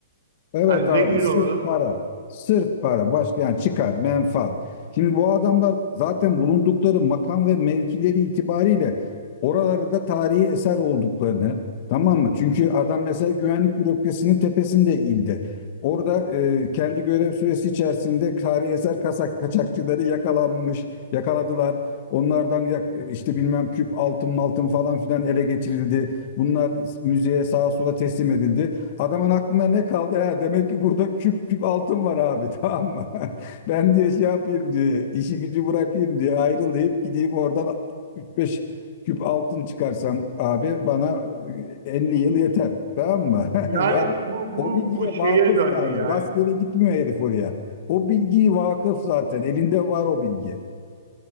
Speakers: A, on the left (about 45°); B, on the right (about 65°).
A: Evet
B: Hani
A: abi
B: zengin
A: sırf
B: olalım.
A: para. Sırf para. Başka yani çıkar, menfaat. Şimdi bu adamlar zaten bulundukları makam ve mevkileri itibariyle oralarda tarihi eser olduklarını tamam mı? Çünkü adam mesela güvenlik bürokrasinin tepesinde ildi. Orada e, kendi görev süresi içerisinde tarihi eser kasak kaçakçıları yakalanmış, yakaladılar. Onlardan yak- işte bilmem küp altın maltın falan filan ele geçirildi. Bunlar müzeye sağa sola teslim edildi. Adamın aklına ne kaldı? Ha, demek ki burada küp küp altın var abi <laughs> tamam mı? Ben diye şey yapayım diye işi gücü bırakayım diye ayrılayıp gideyim oradan üç beş küp altın çıkarsam abi bana e, 50 yıl yeter tamam mı? <laughs>
B: Yani
A: Yani
B: bu bu
A: o bilgiye
B: bu şeye
A: vakıf
B: döndü
A: yani.
B: yani.
A: Rastgele gitmiyor herif oraya. O bilgiyi vakıf zaten. Elinde var o bilgi.